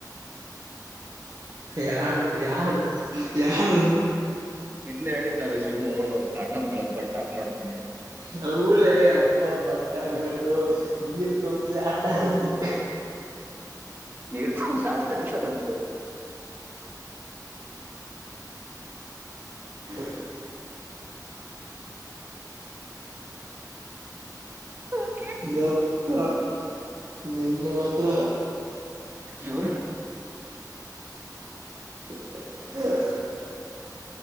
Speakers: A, on the right (about 60°); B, on the right (about 30°).
A: ಯಾರ ಯಾರು ಯಾರ ಹ್ಮ
B: ಇದ್ನ್ನ ಹೇಳಿದ್ದಲ್ಲ ಶಿಗ ಕಾಂಡಂ ಒೊಳಗ್ ಬೊಟ್ಟಾಕ್ ನೋಡ್ತೀನಿ
A: ಹಲೇ ಇ ಬಟ್ಟಾನಿ ಮಟ್ಟು ನೀರು ತೋಂಬ ಅಟ್ಟು
B: ನೀರ್ ಬಿಡ್ತಾನಂತೆ
A: ಹ
B: ಹ
A: ಚಗಪ್ಪ ನಿನ್ನೆ ಮಾತ್ರ
B: ಇವ
A: ಹ